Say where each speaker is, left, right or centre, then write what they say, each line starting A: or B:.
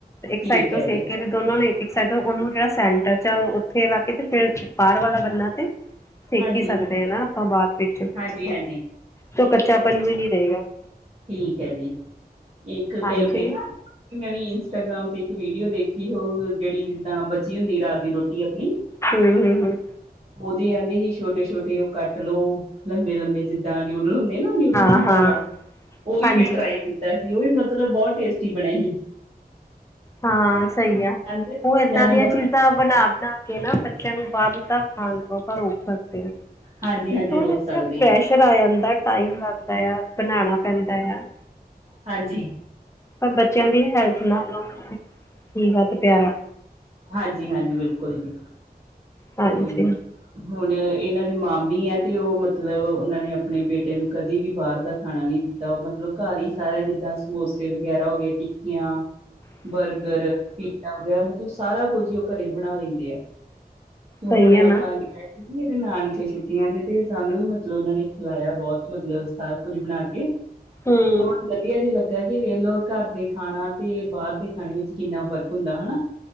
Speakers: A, on the left; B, on the right.
A: ਇੱਕ
B: ਠੀਕ
A: ਸਾਈਡ ਤੋਂ
B: ਹੈ
A: ਸੇਕ
B: ਜੀ
A: ਦੋਨਾਂ ਨੇ ਇੱਕ-ਇੱਕ ਸਾਈਡ ਉਹਨੂੰ ਜਿਹੜਾ ਸੈਂਟਰ ਚ ਉੱਥੇ ਰੱਖ ਕੇ ਤੇ ਫਿਰ ਬਾਹਰ ਵਾਲਾ ਬੰਨਾ ਤੇ
B: ਹਾਂਜੀ
A: ਕੀ ਸਕਦੇ ਆ ਨਾ ਆਪਾਂ ਬਾਅਦ ਵਿੱਚ
B: ਹਾਂਜੀ ਹਾਂਜੀ
A: ਤੋ ਕੱਚਾਪਨ ਵੀ ਨੀ ਰਹੇਗਾ।
B: ਠੀਕ ਐ ਜੀ, ਇੱਕ ਕਹਿ
A: ਹਾਂਜੀ
B: ਕੇ ਨਾ ਮੈਂ ਵੀ ਇੰਸਟਾਗ੍ਰਾਮ ਤੇ ਇੱਕ ਵੀਡੀਓ ਦੇਖੀ ਹੋਊ, ਜਿਹੜੀ ਜਿੱਦਾਂ ਬਚੀ ਹੁੰਦੀ ਰਾਤ ਦੀ ਰੋਟੀ ਆਪਣੀ
A: ਹੂੰ-ਹੂੰ-ਹੂੰ।
B: ਉਹਦੀ ਕਹਿੰਦੀ ਸੀ ਛੋਟੇ-ਛੋਟੇ ਉਹ ਕੱਟ ਲੋੋ ਲੰਬੇ-ਲੰਬੇ ਜਿੱਦਾਂ ਨਿਊਡਲ ਹੁੰਦੇ ਨਾ, ਨਿਊਡਲ
A: ਹਾਂ
B: ਬਣਾਉਣ
A: ਹਾਂ
B: ਵਾਸਤੇ, ਉਹ ਵੀ
A: ਹਾਂਜੀ
B: ਮੈਂ ਟਰਾਈ ਕੀਤਾ ਸੀ, ਉਹ ਵੀ ਮਤਲਬ ਬਹੁਤ ਟੇਸਟੀ ਬੰਨੇ ਸੀ।
A: ਹਾਂ ਸਹੀ
B: ਕਹਿੰਦੇ
A: ਆ,
B: ਬੱਚਿਆਂ
A: ਉਹ ਏਦਾਂ
B: ਨੂੰ
A: ਦੀਆਂ ਚੀਜ਼ਾਂ ਬਣਾ-ਬਣਾ ਕੇ ਨਾ ਬੱਚਿਆਂ ਨੂੰ ਬਾਹਰ ਦਾ ਖਾਣ ਤੋਂ ਆਪਾਂ ਰੋਕ ਸਕਦੇ ਹਾਂ।
B: ਹਾਂਜੀ-ਹਾਂਜੀ
A: ਥੋੜਾ
B: ਰੋਕ
A: ਜਿਹਾ
B: ਸਕਦੇ
A: ਪ੍ਰੈਸ਼ਰ
B: ਹਾਂ
A: ਆ ਜਾਂਦਾ, ਟਾਈਮ ਲੱਗਦਾ ਆ, ਬਣਾਣਾ ਪੈਂਦਾ ਆ।
B: ਹਾਂਜੀ।
A: ਪਰ ਬੱਚਿਆਂ ਦੀ ਹੈਲਥ ਨਾਲ ਕੀ ਵੱਕਤ ਪਿਆਰਾ।
B: ਹਾਂਜੀ-ਹਾਂਜੀ, ਬਿਲਕੁਲ ਜੀ
A: ਹਾਂਜੀ,
B: ਠੀਕ। ਹੁਣ ਇਹਨਾਂ ਦੀ ਮਾਮੀ ਐ ਤੇ, ਉਹ ਮਤਲਬ ਉਹਨਾਂ ਨੇ ਆਪਣੇ ਬੇਟੇ ਨੂੰ ਕਦੇ ਵੀ ਬਾਹਰ ਦਾ ਖਾਣਾ ਨੀ ਦਿੱਤਾ। ਤਾਂ ਮਤਲਬ ਘਰ ਹੀ ਸਾਰੇ ਜਿੱਦਾਂ, ਸਮੋਸੇ ਵਗੈਰਾ ਹੋ ਗਏ ਟਿੱਕੀਆਂ
A: ਹ
B: ਬਰਗਰ, ਪੀਜ਼ਾ ਵਗੈਰਾ ਮਤਲਬ ਸਾਰਾ ਕੁਝ ਹੀ ਉਹ ਘਰੇ ਹੀ ਬਣਾ ਲੈਂਦੇ ਐ ਤੇ ਹੁਣ
A: ਸਹੀ
B: ਆਪਾਂ।
A: ਹੈ ਨਾ।
B: ਜੇਹੜੇ ਇਹਦੇ ਨਾਨਕੇ ਛੁੱਟੀਆਂ ਚ ਤੇ ਸਾਨੂੰ ਵੀ ਮਤਲਬ ਉਹਨਾਂ ਨੇ ਖਿਲਾਇਆ ਬਹੁਤ ਮਤਲਬ, ਸਭ ਕੁਝ ਬਣਾ ਕੇ।
A: ਹੂੰ,
B: ਬੋਹਤ ਵਧੀ ਇਹ ਜੇ ਲੱਗਾ ਕਿ ਵੇਖਲੋ ਘਰ ਦੇ ਖਾਣਾ ਤੇ ਬਾਹਰ ਦੇ ਖਾਣੇ ਵਿੱਚ ਕਿੰਨਾ ਫ਼ਰਕ ਹੁੰਦਾ, ਹੇਨਾ।